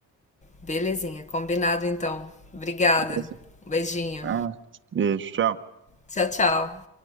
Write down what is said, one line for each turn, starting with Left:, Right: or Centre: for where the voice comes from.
Left: Belezinha. Combinado então. Obrigada.
Right: Beleza?
Left: Um beijinho.
Right: Ah, beijo, tchau.
Left: Tchau, tchau.